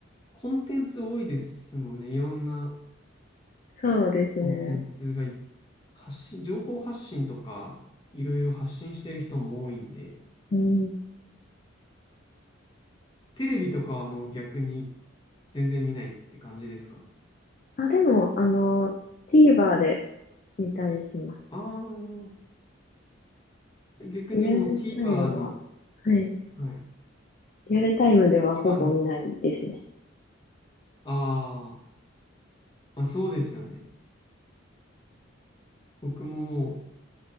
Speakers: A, on the left (about 25°); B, on the left (about 40°).
A: コンテンツ多いですもんね。いろんな
B: そうですね。
A: コンテンツがい発信、情報発信とか、いろいろ発信してる人も多いんで、
B: うん。
A: テレビとかはもう逆に全然見ないって感じですか
B: あ、でも、あの、TVer で見たりします。
A: ああー、逆にもう
B: リアルタイムは、
A: TVer の、
B: はい。
A: はい。
B: リアルタイムではほぼ見ないですね。
A: TVer の、ああ、まあそうですよね。僕ももう、